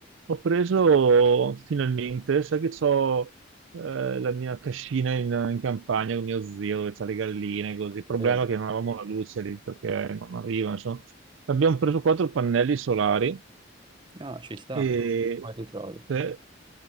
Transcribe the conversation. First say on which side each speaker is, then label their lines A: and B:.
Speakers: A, on the right; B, on the right.
A: ho preso finalmente, sai che ho la mia cascina in, in campagna con mio zio, dove c'ha le galline, così. Il problema
B: sì.
A: è che non avevamo la luce lì, perché non arriva, insomma. Abbiamo preso quattro pannelli solari,
B: Ah, ci sta.
A: e
B: Come ti trovi?
A: eh,